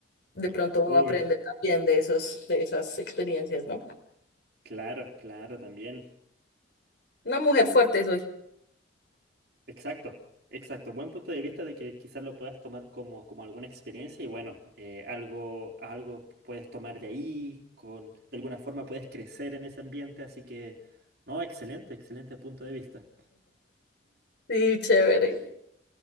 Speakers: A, on the left (about 60°); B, on the right (about 55°).
A: De pronto
B: Uy,
A: uno aprende también de esos, de esas experiencias, ¿no?
B: claro, claro, también.
A: Una mujer fuerte soy.
B: Exacto, exacto. Buen punto de vista de que quizás lo puedas tomar como, como alguna experiencia y bueno, eh, algo, algo puedes tomar de ahí, con, de alguna forma puedes crecer en ese ambiente, así que, no, excelente, excelente punto de vista.
A: Sí, chévere.